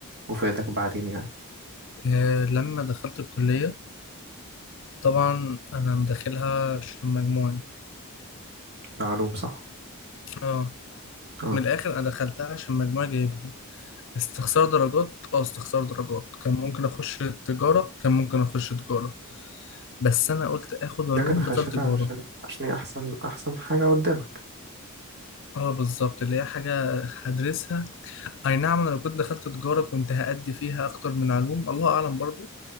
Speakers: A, on the right; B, on the left.
A: وفادك بعدين يعني
B: آه، لما دخلت الكلية طبعا انا مداخلها عشان مجموعي
A: معلوم صح؟
B: اه
A: أه
B: من الاخر انا دخلتها عشان مجموعي جايبها استخسار درجات اه استخسار درجات كان ممكن اخش تجارة كان ممكن اخش تجارة بس انا قلت اخد علوم
A: لكن خشيت
B: بدل تجارة
A: علشان عشان هي أحسن أحسن حاجة قدامك
B: اه بالظبط اللي هي حاجة هدرسها اي نعم انا لو كنت دخلت تجارة كنت هأدي فيها اكتر من علوم الله اعلم برضو